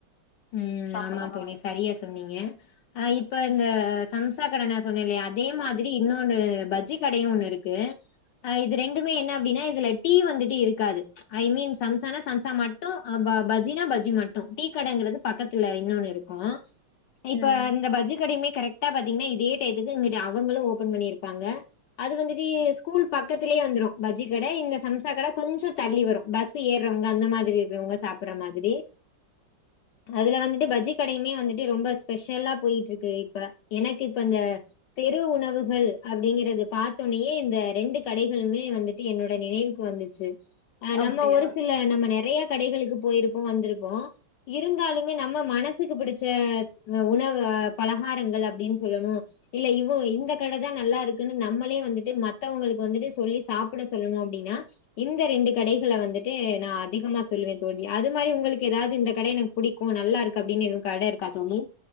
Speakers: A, on the left (about 70°); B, on the left (about 35°).
A: ம்
B: சாப்பலாமா?
A: ஆமா தோழி சரியஸ் தொன்னீங்க அ இப்ப அந்த சம்சா கட நா சொன்னல்யா அதே மாதிரி இன்னோனு பஜ்ஜி கடயு ஒன்னு இருக்கு அ இது ரெண்டுமே என்ன அப்டினா இதுல டீ வந்துட்டு இருக்காது ஐ மீன் சம்ஸ் சன சம்சா மட்டுஅ ப பஜினா பஜ்ஜி மட்டு டீ கடங்றது பக்கத்துல இன்னோனு இருக்கு இப்ப
B: ம்.
A: இந்த பஜ்ஜி கடைமே கரெக்டா பாத்தீங்ன்னா இதே டையத்துக்கு இங்குட்டு அவங்ளு ஓபன் பண்ணிருப்பாங்க அது வந்துட்டு ஸ்கூல் பக்கத்துலே ஏ வந்துரு பஜ்ஜி கட இங்க சம்சா கட கொஞ்சொ தள்ளி வரு பஸ்ஸு ஏற்றவுங்க அந்த மாதிரி இருக்குறவுங்க சாப்புற்ற மாதி துரி அதுல வந்துட்டு பஜ்ஜி கடயுமே வந்துட்டு ரொம்ப ஸ்பெஷல்லா போயிட்ருக்கு இப்ப எனக்கு இப்ப இந்த தெரு உணவுகள் அப்புடிங்கிறது பாத்தொனயே இந்த ரெண்டு கடைகளுமே வந்துட்டு என்னோட நினைவுக்கு வந்துச்சு அ
B: அப்டியா?
A: நம்ம ஒரு சில நம்ம நெறைய கடைகளுக்கு போயிருப்போ வந்துருப்போ இருந்தாலுமே நம்ம மனசுக்கு பிடிச்ச உணவ பலகாரங்கள் அப்டின் சொல்லணு இல்ல இவோ இந்த கடைதா நல்லாருக் நம்மளே வந்துட்டு மத்தவுங்களுக்கு வந்துட்டு சொல்லி சாப்புட சொல்லணு அப்டினா இந்த ரெண்டு கடைகள வந்து நா அதிகமா சொல்லுவே தோழி அது மாரி உங்களுக்கு ஏதாது இந்த கட எனக் புடிக்கு நல்லாருக்கு அப்டின் எதுவு கட இருக்கா தோழி